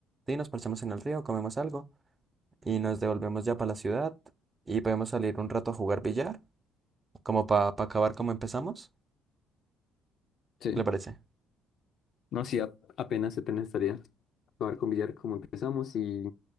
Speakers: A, on the right; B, on the left.
A: sí, nos parchamos en el río, comemos algo. y nos devolvemos ya para la ciudad y podemos salir un rato a jugar billar, como para acabar como empezamos.
B: Sí.
A: ¿Qué le parece?
B: No, sí, a- apenas, apenas estaría. Acabar con billar como empezamos y